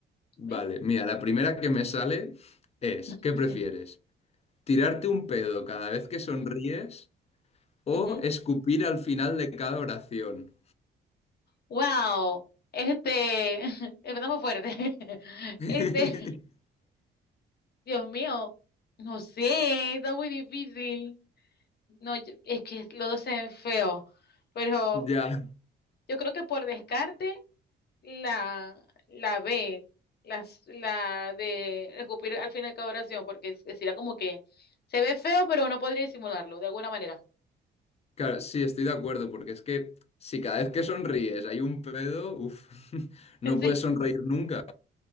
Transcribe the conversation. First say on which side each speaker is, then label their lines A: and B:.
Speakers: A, on the left; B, on the left.
A: Vale,
B: bien.
A: mira, la primera que me sale es,
B: <laughs>
A: ¿qué prefieres? ¿Tirarte un pedo cada vez que sonríes o
B: Ujú.
A: escupir al final de cada oración?
B: Wow, este, <laughs> empezamos fuerte. <laughs>
A: <laughs>
B: Este, Dios mío, no sé, está muy difícil. No, yo- es que los dos se ven feos, pero
A: Ya,
B: yo creo que por descarte La, la B, las, la de escupir al final de cada oración, porque es- sería como que se ve feo, pero uno podría disimularlo de alguna manera.
A: claro, sí, estoy de acuerdo, porque es que si cada vez que sonríes hay un pedo, uff, <laughs> no
B: <laughs> Sí,
A: puedes sonreír nunca.